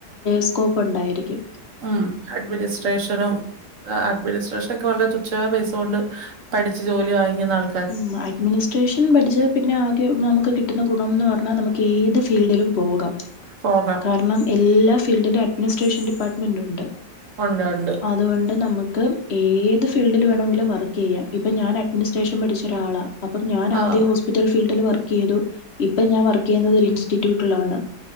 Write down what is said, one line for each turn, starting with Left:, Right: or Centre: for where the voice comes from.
Left: സ്കോപ്പ് ഉണ്ടായിരിക്കും.
Right: ഉം അഡ്മിനിസ്ട്രേഷനും അഡ്മിനിസ്ട്രേഷനൊക്കെ വളരെ തുച്ഛമായ പൈസ കൊണ്ട് പഠിച്ച് ജോലി വാങ്ങിക്കുന്ന ആൾ
Left: ഉം. അഡ്മിനിസ്ട്രേഷൻ പഠിച്ചാ പിന്നെ ആകെ നമുക്ക് കിട്ടുന്ന ഗുണം എന്ന് പറഞ്ഞാനമുക് ഏത് ഫീൽഡിലും പോകാം.
Right: ഫോകാം.
Left: കാരണം എല്ലാ ഫീൽഡിലും അഡ്മിനിസ്ട്രേഷൻ ഡിപ്പാർട്ട്മെന്റ് ഉണ്ട്.
Right: ഒണ്ട് ഒണ്ട്.
Left: അതുകൊണ്ട് നമുക്ക് ഏത് ഫീൽഡിൽ വേണമെങ്കിലും വർക്ക് ചെയ്യാം. ഇപ്പ ഞാൻ അഡ്മിന് സ് ശേഷം പഠിച്ച ഒരാളാ. അപ്പംഞാൻ
Right: ആഹ്
Left: ആദ്യഹോസ് റ്റൽ ഫീൽഡിൽ വർക്ക് ചെയ്തു. ഇപ്പം ഞാൻ വർക്ക് ചെയ്യുന്നത് ഒരു ഇൻസ്റ്റിറ്റ്യൂട്ടിലാണ്.